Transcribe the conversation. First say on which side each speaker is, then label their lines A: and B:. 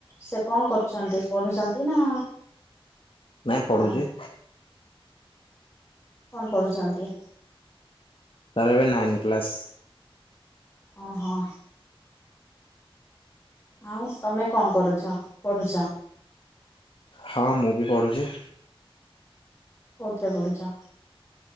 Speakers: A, on the left; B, on the left.
A: ସେ କଣ କରୁଛନ୍ତି? ପଢୁଛନ୍ତି ନା
B: ନାଇଁ
A: କଣ
B: ପଢୁଛି।
A: କଣ ପଢୁଛନ୍ତି?
B: ତାର ଏବେ ନାଇନ୍ ପ୍ଲସ୍।
A: ଓ ହୋ। ଆଉ ତମେ କଣ କରୁଛ? ପଢୁଛ?
B: ହଁ, ମୁଁ ବି ପଢୁଛି।
A: କୋଉ ଥିରେ ପଢୁଛ?